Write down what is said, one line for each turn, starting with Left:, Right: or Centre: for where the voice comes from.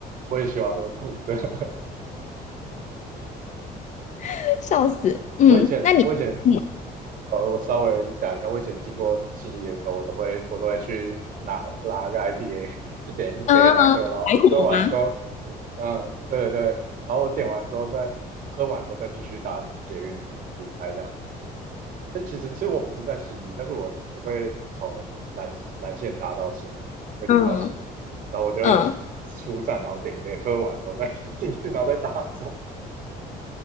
Right: 我也喜欢喝苦的。
Left: <laughs> 笑死。
Right: <laughs>
Left: 嗯，
Right: 我以前，
Left: 那你，
Right: 我以前，
Left: 嗯，
Right: 呃，我稍微讲一下，我以前经过信义的时候，我都会，我都会去拿拿个 IPA，<laughs> 去点一杯来喝，
Left: 嗯，呃白虎吗？
Right: 然后喝完之后，嗯，对对对，然后我点完之后再喝完之后再继续搭捷运就离开这样那其实其实我不是在信义，但是我我会从蓝蓝线搭到信义，会到信义，
Left: 嗯
Right: 然后我就会
Left: 嗯，
Right: 出站，然后点一杯，喝完之后再 <laughs> 进去，然后再搭走。